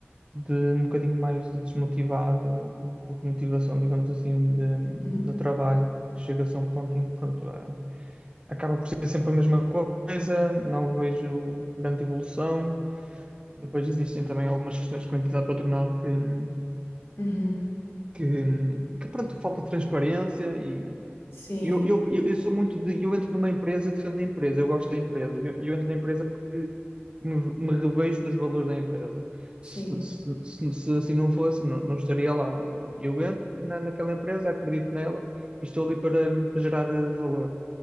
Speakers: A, on the right; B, on the left.
A: de um bocadinho mais de desmotivado, um pouco motivação, digamos assim, de,
B: Uhum.
A: no trabalho, porque chega-se a um ponto em que, pronto, ah, acaba por ser sempre a mesma coisa, não vejo grande evolução. Depois existem também algumas questões com a entidade patronal que hum,
B: Uhum.
A: que, que, pronto, falta transparência e
B: Sim,
A: eu, eu, eu eu sou muito de, eu entro numa empresa e defendo a empresa, eu gosto da empresa, eu, eu entro na empresa porque me, me revejo nos valores da empresa.
B: sim,
A: Se, se, se- se assim não fosse, não, não estaria lá. Eh, Eu entro na, naquela empresa, acredito nela e estou ali para, para gerar eh, valor.